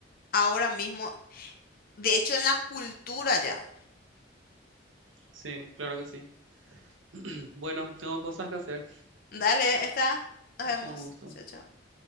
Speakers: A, on the left; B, on the right.
A: ahora mismo, de hecho en la cultura ya.
B: Sí, claro que sí. <clears throat> Bueno, tengo cosas que hacer.
A: Dale, está. Nos vemos.
B: Un gusto.
A: Chao, chao.